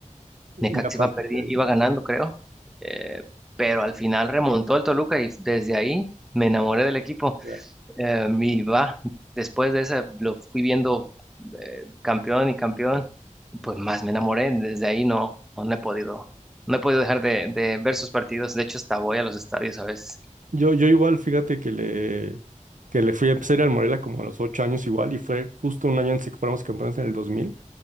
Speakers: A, on the right; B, in the centre.
A: Y
B: Necaxa
A: aparte
B: iba perdiendo,
A: de ahí,
B: iba ganando, creo. Eh, pero al final remontó el Toluca y desde ahí me enamoré del equipo.
A: ya.
B: Eh, y va, después de esa lo fui viendo eh, campeón y campeón, pues más me enamoré. Desde ahí no, no no he podido, no he podido dejar de, de ver sus partidos. De hecho, hasta voy a los estadios a veces.
A: Yo, yo igual, fíjate que le, que le fui a empezar a ir al Morelia como a los ocho años igual y fue justo un año antes de que fuéramos campeones en el 2000.